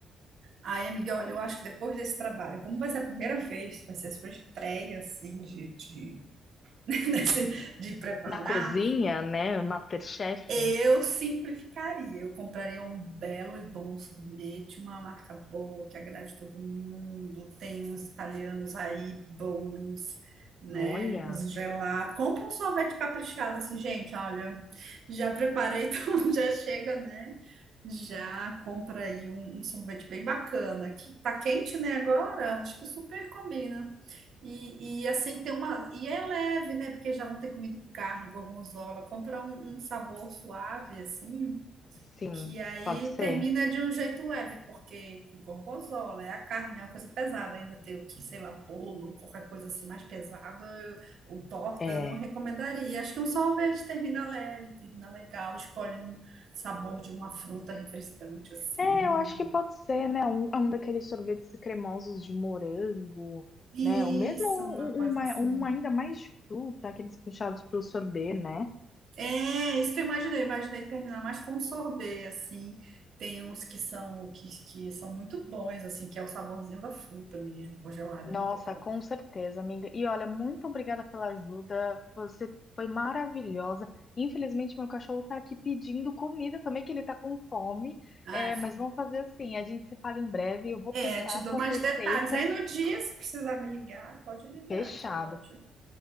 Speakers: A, on the right; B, on the left.
A: Aí, amiga, olha, eu acho que depois desse trabalho, como vai ser a primeira vez, vai ser a sua estreia, assim, de, de, <laughs> de preparar,
B: Na cozinha, né? MasterChef.
A: Eu simplificaria, eu compraria um belo e bom sorvete, uma marca boa que agrade todo mundo. Tem uns italianos aí bons, né?
B: Olha.
A: Uns gelato. Compra um sorvete caprichado, assim, gente. Olha, já preparei, <laughs> então já chega, né? Já compra aí um, um sorvete bem bacana. Que tá quente, né? Agora, acho que super combina. E, e, assim tem uma. E é leve, né? Porque já vão ter comido carne, gorgonzola. Compra um, um sabor suave, assim,
B: Sim,
A: que aí
B: pode ser.
A: termina de um jeito leve, porque com gorgonzola é a carne, é uma coisa pesada. Ainda ter o que, sei lá, bolo, qualquer coisa assim mais pesada, ou torta,
B: É.
A: eu não recomendaria. Acho que um sorvete termina leve, termina legal. Escolhe um sabor de uma fruta refrescante, assim.
B: É, eu acho que pode ser, né? Um, é um daqueles sorvetes cremosos de morango,
A: Isso,
B: né? Ou mesmo
A: uma
B: um,
A: coisa
B: um, ma-
A: assim.
B: um ainda mais de fruta, aqueles puxados para o sorbet, né?
A: É, isso que eu imaginei. Eu imaginei terminar mais com um sorbet, assim. Tem uns que são que, que são muito bons, assim, que é o saborzinho da fruta mesmo, congelada,
B: Nossa,
A: é muito bom.
B: com certeza, amiga. E olha, muito obrigada pela ajuda. Você foi maravilhosa. Infelizmente, meu cachorro tá aqui pedindo comida também, que ele tá com fome.
A: Ah,
B: É, mas vamos fazer assim: a gente se fala em breve. Eu vou
A: é,
B: testar
A: te dou
B: suas
A: mais
B: receitas.
A: detalhes. Aí no dia, se precisar me ligar, pode ligar,
B: Fechado.
A: que aí eu te dou.